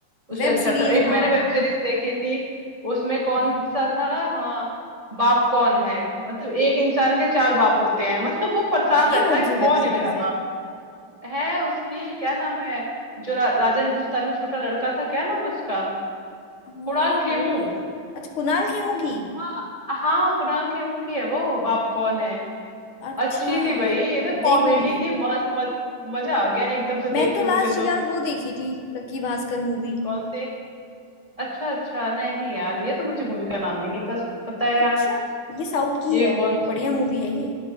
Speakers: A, on the right; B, on the left.
A: उससे
B: वेब
A: अच्छा
B: सीरीज
A: था एक
B: हाँ
A: मैंने वेब सीरीज देखी थी उसमें कौन
B: हम्म
A: सा था हाँ बाप कौन है मतलब एक इंसान के चार बाप होते हैं <laughs> मतलब वो परेशान
B: ये
A: रहता
B: कौन
A: है कि
B: सी
A: कौन
B: वेब
A: है
B: सीरीज
A: मेरा
B: है
A: बाप है उसकी क्या नाम है जो रा, राजा हिंदुस्तान में छोटा लड़का था क्या नाम है उसका
B: हाँ
A: कुणाल खेमू
B: होगा अच्छा कुणाल खेमू की
A: हाँ हाँ कुणाल खेमू की है वो बाप कौन है
B: अच्छा
A: अच्छी थी भाई एकदम कॉमेडी
B: देखूंगी
A: थी मस्त मज, मजा आ गया एकदम से देख
B: मैंने तो
A: के
B: लास्ट
A: मुझे
B: यार
A: तो
B: वो देखी थी लक्की भास्कर मूवी
A: कौन सी अच्छा अच्छा नहीं यार ये तो मुझे मूवी का नाम भी नहीं पस, पता है यार
B: अच्छा ये साउथ की
A: ये
B: है
A: कौन सी
B: बढ़िया मूवी है ये